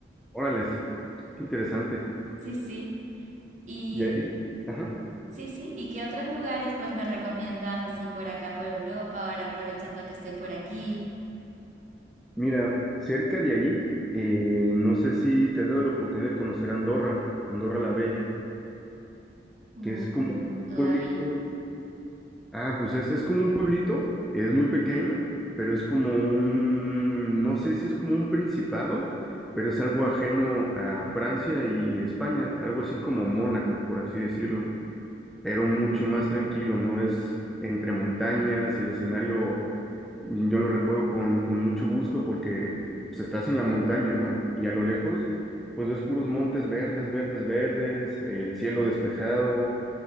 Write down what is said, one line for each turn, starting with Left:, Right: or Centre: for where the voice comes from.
Centre: Órales, qué interesante.
Right: Sí, sí. ¿Y
Centre: Y ahí, ajá.
Right: Sí, sí. ¿Y qué otros lugares pues me recomiendas así por acá, por Europa, ahora aprovechando que estoy por aquí?
Centre: Mira, cerca de ahí, eh, no sé si te has dado la oportunidad de conocer Andorra, Andorra la Bella,
Right: Uh,
Centre: que es como
Right: no,
Centre: un
Right: todavía.
Centre: pueblito. Ah, pues es, es como un pueblito, es muy pequeño, pero es como un, no sé si es como un principado, pero es algo ajeno a Francia y, y España, algo así como Mónaco, por así decirlo, pero mucho más tranquilo, ¿no? Es entre montañas, el escenario, y yo lo recuerdo con, con mucho gusto porque pues, estás en la montaña, ¿no? Y a lo lejos, pues ves puros montes verdes, verdes, verdes, el cielo despejado